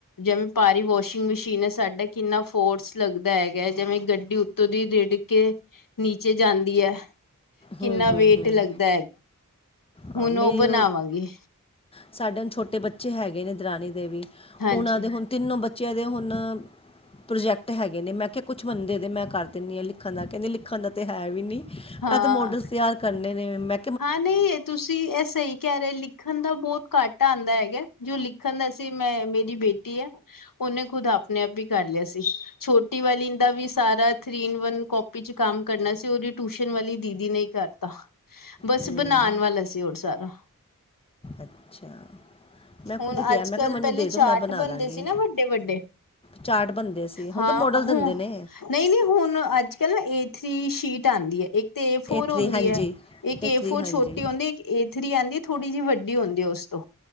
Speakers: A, on the left (about 80°); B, on the left (about 15°).
A: ਜਿਵੇਂ ਭਾਰੀ ਵਾਸ਼ਿੰਗ ਮਸ਼ੀਨ ਸਾਡਾ ਕਿੰਨਾ ਫੋਰਸ ਲੱਗਦਾ ਹੈਗਾ ਜੈਵੈਂ ਗੱਡੀ ਉੱਤੋਂ ਦੀ ਰਿੜ ਕੇ ਨੀਚੇ ਜਾਂਦੀ ਹੈ ਕਿੰਨਾ
B: ਹੂੰ ਹੂੰ
A: ਵੇਟ
B: ਹੂੰ
A: ਲੱਗਦਾ।
B: ਹਾਂ,
A: ਹੁਣ
B: ਮੇਰੀ
A: ਉਹ ਬਣਾਵਾਂਗੇ।
B: ਸਾਡੇ ਛੋਟੇ ਬੱਚੇ ਹੈਗੇ ਨੇ ਦਰਾਨੀ ਦੇ ਵੀ
A: ਹਾਂਜੀ
B: ਉਹਨਾਂ ਦੇ ਹੁਣ ਤਿੰਨੋਂ ਬੱਚਿਆਂ ਦੇ ਹੁਣ ਪ੍ਰੋਜੈਕਟ ਹੈਗੇ ਨੇ ਮੈਂ ਕਿਹਾ ਕੁਛ ਬੰਦੇ ਦੇ ਮੈਂ ਕਰ ਦੇਣੀ ਆਂ ਲਿਖਣ ਦਾ ਕਹਿੰਦੀ ਲਿਖਣ ਦਾ ਤੇ ਹੈ ਵੀ ਨੀ।
A: ਹਾਂ
B: ਐਹ ਤੇ ਮੋਡਲਸ ਤਿਆਰ ਕਰਨੇ ਨੇ ਮੈ
A: ਹਾਂ ਨਹੀ ਏ ਤੁਸ ਤੇ ਅਹ ਸਹੀ ਕਹਿ ਰਹੇ ਲਿਖਣ ਦਾ ਬਹੁਤ ਘੱਟ ਆਂਦਾ ਹੈਗਾ ਜੋ ਲਿਖਣ ਦਾ ਸੀ ਮੈਂ ਮੇਰੀ ਬੇਟੀ ਹੈ ਉਹਨੇ ਖੁਦ ਆਪਣੇ ਆਪ ਹੀ ਕਰ ਲਿਆ ਸੀ ਛੋਟੀ ਵਾਲੀ ਦਾ ਵੀ ਸਾਰਾ ਥ੍ਰੀ ਇਨ ਵਨ ਕਾਪੀ ਚ ਕੰਮ ਕਰਨਾ ਸੀ ਉਹਦੀ ਟਿਊਸ਼ਨ ਵਾਲੀ ਦੀਦੀ ਨੇ ਈ ਕਰਤਾ। ਬਸ
B: ਹਮ,
A: ਬਣਾਣ ਵਾਲਾ ਸੀ ਔਹ ਸਾਰਾ
B: ਅੱਛਾ। ਮੈਂ
A: ਹੁਣ
B: ਖੁਦ ਕਿਹਾ
A: ਅੱਜ
B: ਮੈਂ
A: ਕੱਲ੍ਹ
B: ਕਿਹਾ ਮੈਨੂੰ
A: ਪਹਿਲੇ
B: ਦੇ
A: ਚਾਰਟ
B: ਦਿਉ ਮੈਂ ਬਣਾ
A: ਬਣਦੇ
B: ਦਾਂਗੀ
A: ਸੀ ਨਾ ਵੱਡੇ-ਵੱਡੇ
B: ਚਾਰਟ ਬਣਦੇ ਸੀ ਹੁਣ
A: ਹਾਂ
B: ਤਾਂ ਮੋਡਲ ਦਿੰਦੇ
A: ਹੁ
B: ਨੇ
A: ਨਹੀਂ-ਨਹੀਂ ਹੁਣ ਅੱਜ ਕੱਲ ਨਾ ਏ ਥ੍ਰੀ ਸ਼ੀਟ ਆਂਦੀ ਹੈ ਇੱਕ ਤੇ ਏ ਫੋਰ
B: ਥਰੀ
A: ਹੁੰਦੀ
B: ਹਾਂਜੀ
A: ਹੈ ਇੱਕ ਏ
B: ਥਰੀ
A: ਫੋਰ
B: ਹਾਂਜੀ
A: ਛੋਟੀ ਹੁੰਦੀ ਏਕ ਏ ਥ੍ਰੀ ਆਂਦੀ ਹੈ ਥੋੜੀ ਜਿ ਵੱਡੀ ਹੁੰਦੀ ਹੈ ਉਸ ਤੋਂ।